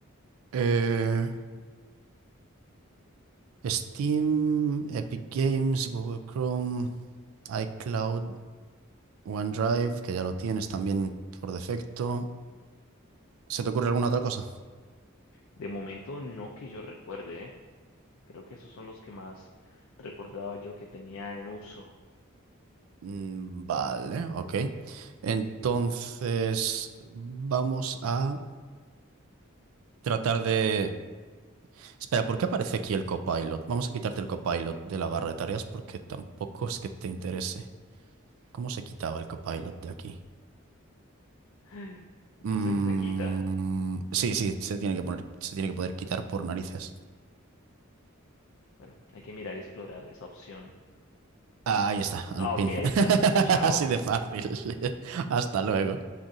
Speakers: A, on the right; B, on the left.
A: Eh, Steam, Epic Games, Google Chrome, iCloud, OneDrive, que ya lo tienes también por defecto. ¿Se te ocurre alguna otra cosa?
B: De momento no que yo recuerde, ¿eh? Creo que esos son los que más recordaba yo que tenía en uso. <gasps>
A: Mm, Vale, ok. Entonces, vamos a tratar de Espera, ¿por qué aparece aquí el copilot? Vamos a quitarte el copilot de la barra de tareas porque tampoco es que te interese. ¿Cómo se quitaba el copilot de aquí?
B: <laughs> No
A: Mm,
B: sé si se quita.
A: sí, sí, se tiene que poner, se tiene que poder quitar por narices.
B: Bueno, hay que mirar y explorar esa opción.
A: Ah, ahí está, unpin.
B: Ah, ok, ahí
A: <laughs>
B: está. Chao.
A: Así de fácil. <laughs> Hasta luego.